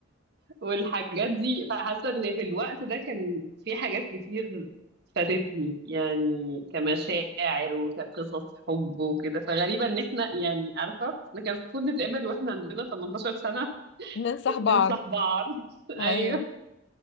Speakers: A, on the right; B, on the left.
A: والحاجات دي فحاسه ان في الوقت ده كان في حاجات كتير فاتتني يعني كمشاعر وكقصص حب وكده فغريبه ان احنا يعني عارفه احنا كان المفروض نتقابل واحنا عندنا 18 سنه
B: ننصح
A: <laughs>
B: بعض
A: ننصح بعض <laughs> ايوه
B: أيوه